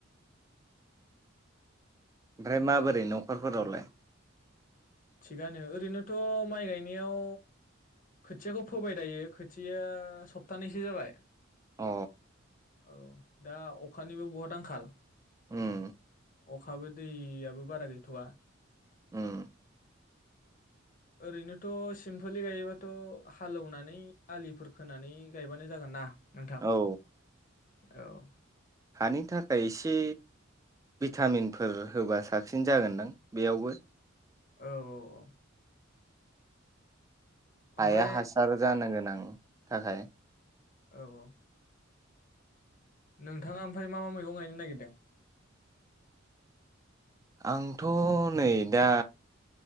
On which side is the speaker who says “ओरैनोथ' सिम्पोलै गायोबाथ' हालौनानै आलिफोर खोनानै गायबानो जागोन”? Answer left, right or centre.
Left